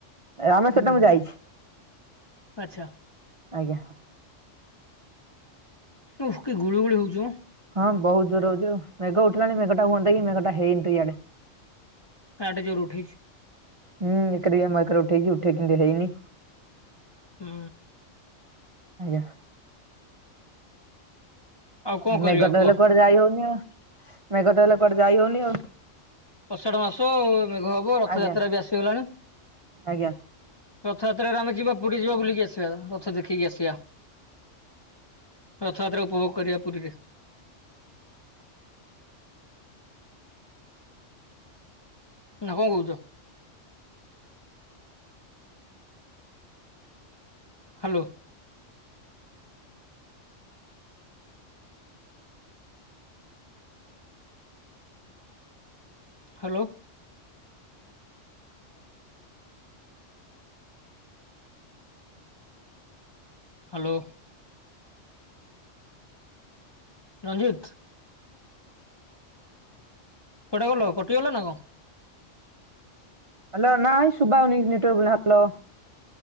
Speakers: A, on the right; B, on the left.
A: ରାମେଶ୍ୱର
B: ହୁଁ
A: ଟା ମୁଁ ଯାଇଛି।
B: ଆଚ୍ଛା।
A: ଆଜ୍ଞା।
B: ଉହୁ କି ଗୁଳି ଗୁଳି ହଉଚି ମୋ।
A: ହଁ ବହୁତ ଜୋର ହଉଚି ଆଉ। ମେଘ ଉଠିଲାଣି ମେଘ ଟା ହୁଅନ୍ତା କି ମେଘଟା ହେଇନି ତ ଇଆଡେ।
B: ଆଡେ ଜୋର ଉଠେଇଛି।
A: ହୁଁ, ଏକରେ ବି ଆମ ଏକରେ ଉଠେଇଚି ଉଠେଇକି କିନ୍ତୁ ହେଇନି।
B: ହୁଁ।
A: ଆଜ୍ଞା ଆ,
B: ଆଉ କଣ କରିବା
A: ମେଘ
B: କୁହ
A: ତ ହେଲେ କୁଆଡେ ଯାଇ ହଉନି ଆ,। ମେଘ ତ ହେଲେ କୁଆଡେ ଯାଇ ହଉନି ଆଉ।
B: ଅଷାଢ ମାସ ମେଘ ହବ। ରଥଯାତ୍ରା
A: ଆଜ୍ଞା
B: ବି ଆସିଗଲାଣି।
A: ଆଜ୍ଞା।
B: ରଥଯାତ୍ରାରେ ଆମେ ଯିବା ପୁରୀ ଯିବା ବୁଲିକି ଆସିବା। ରଥ ଦେଖିକି ଆସିବା। ରଥଯାତ୍ରା ଉପଭୋଗ କରିବା ପୁରୀରେ। ନା କଣ କହୁଚ? ହାଲୋ। ହାଲୋ। ହାଲୋ। ରଞ୍ଜିତ। କୁଆଡେ ଗଲ କଟି ଗଲ ନା କଣ?
A: ହ୍ୟାଲୋ ନାଇ ସୁବାଉନି କିଛି ନେଟୱାକ ପ୍ରୋବ୍ଲେମ ହ୍ଯାଲୋ।